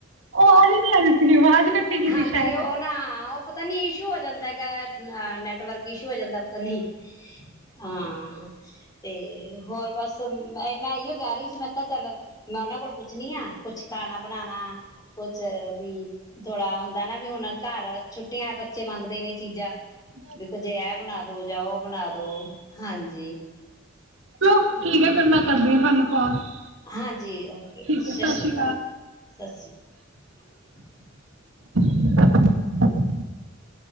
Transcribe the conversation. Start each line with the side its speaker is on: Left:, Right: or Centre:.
Right: ਔ ਆਵਾਜ ਨਹੀਂ ਆ ਰਹੀ ਸੀ ਆਵਾਜ਼ ਕੱਟੀ ਗਈ
Left: ਹਾਂਜੀ
Right: ਸੀ ਸ਼ਾਇਦ
Left: ਔ ਨਾ ਉਹ ਪਤਾ ਨੀ ਇਸ਼ੂ ਹੋ ਜਾਂਦਾ ਹੈਗਾ ਨੈਟਵਰਕ ਇਸ਼ੂ ਹੋ ਜਾਂਦਾ। ਤਾਂ ਨੀ ਹਾਂ ਤੇ ਹੋਰ ਬਸ ਮ ਮੈਂ ਇਓ ਕਹਿ ਰਹੀ ਸੀ ਮੈਂ ਕਿਹਾ ਚੱਲ ਮੈਂ ਉਹਨਾਂ ਕੋਲ ਪੁੱਛਣੀ ਆ ਕੁਛ ਖਾਣਾ ਬਣਾਣਾ ਕੁਛ ਵੀ ਹੁੰਦਾ ਨਾ ਵੀ ਹੁਣ ਘਰ ਛੁੱਟੀਆਂ ਬੱਚੇ ਮੰਗਦੇ ਨੇ ਚੀਜ਼ਾਂ
Right: <inaudible>
Left: ਵੀ ਕੁਝ ਇਹ ਬਣਾ ਦੋ ਜਾਂ ਉਹ ਬਣਾ ਦੋ ਹਾਂਜੀ
Right: ਚਲੋ
Left: ਹਮ
Right: ਠੀਕ ਹ ਮੈਂ ਕਰਦੀ ਆਂ ਫਿਰ ਤੁਹਾਨੂੰ। <unintelligible>
Left: ਹਾਂਜੀ ਔਕੇ
Right: ਠੀਕ
Left: ਸਤਿ
Right: ਹੈ
Left: ਸ੍ਰੀ
Right: ਸ਼੍ਰੀ
Left: ਅਕਾਲ, ਸਤਿ ਸ੍ਰੀ ਅਕਾਲ।
Right: <unintelligible>